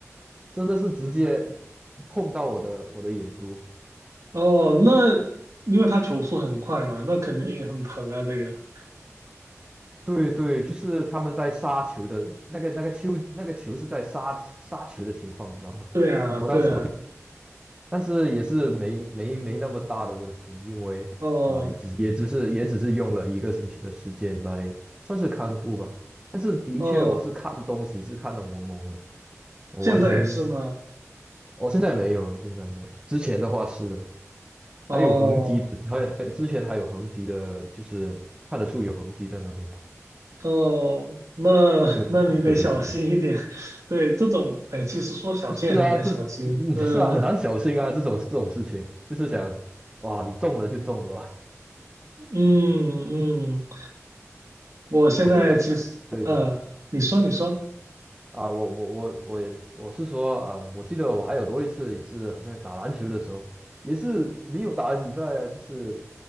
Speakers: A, on the right; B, on the right.
A: 真的是直接碰到我的我的眼珠。
B: 哦，那因为他球速很快嘛，那肯定很疼啊，这个。
A: 对对，就是他们在杀球的那个那个球那个球是在杀杀球的情况，你知道吗？
B: 对啊，
A: 我当时。
B: 对啊，
A: 但是也是没没没那么大的问题，因为啊、
B: 哦
A: 只也只是也只是用了一个星期的时间来算是康复吧。但是的确，
B: 哦，
A: 我是看东西是看得蒙蒙的，我完全，
B: 现在也是吗？
A: 我、现在没有了，现在没有，之前的话是的，
B: 哦
A: 还有痕迹的，呃之前还有痕迹的，就是看得出有痕迹在那边。
B: 哦，那那你得小心一点。
A: 对对对，
B: <laughs> 对，这种，哎，其实说小心也很难小心。
A: 是啊，这嗯是啊，
B: 嗯
A: 很难侥幸啊，这种这种事情，就是想，哇，你中了就中了啊。
B: 嗯嗯，我现在其实，
A: <laughs> 我记得，对对。
B: 呃，你说你说，
A: 啊，我我我我也我是说，嗯，我记得我还有多一次也是好像打篮球的时候，也是没有打比赛啊，就是